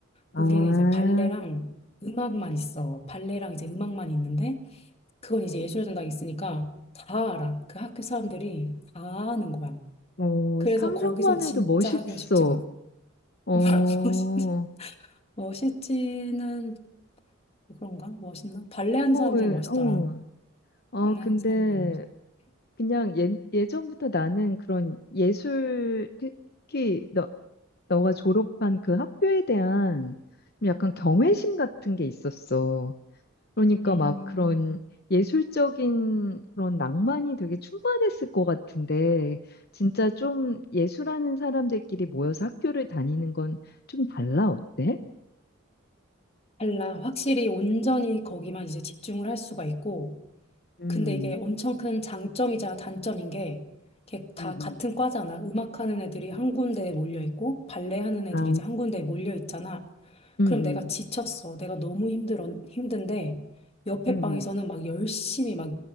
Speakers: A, on the left; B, on the left.
A: 아,
B: 우리는 이제 발레랑 음악만 있어. 발레랑 이제 음악만 있는데 그건 이제 예술의 전당이 있으니까 다 알아. 그 학교 사람들이 다 아는 거야.
A: 어,
B: 그래서
A: 상상만
B: 거기서 진짜
A: 해도 멋있어.
B: 하기가 쉽지 않아.
A: 어,
B: <laughs>
A: 어,
B: 멋있지? 멋있지는 뭐 그런가? 멋있나? 발레 하는 사람들은
A: 예,
B: 멋있더라.
A: 어. 아,
B: 발레
A: 근데
B: 하는 사람들은 멋있.
A: 그냥 예, 예전부터 나는 그런 예술, 특히 너, 너가 졸업한 그 학교에 대한 좀 약간 경외심 같은 게 있었어. 그러니까
B: 음,
A: 막 그런 예술적인 그런 낭만이 되게 충만했을 것 같은데, 진짜 좀 예술하는 사람들끼리 모여서 학교를 다니는 건 좀 달라, 어때?
B: 달라. 확실히 온전히 거기만 이제 집중을 할 수가 있고
A: 음,
B: 근데 이게 엄청 큰 장점이자 단점인 게, 이렇게 다
A: 음, 음,
B: 같은 과잖아. 음악하는 애들이 한 군데에 몰려 있고, 발레 하는 애들이
A: 아,
B: 이제 한 군데에 몰려 있잖아.
A: 응,
B: 그럼
A: 응,
B: 내가 지쳤어. 내가 너무 힘들어, 힘든데, 옆에
A: 음,
B: 방에서는
A: 음.
B: 막 열심히 막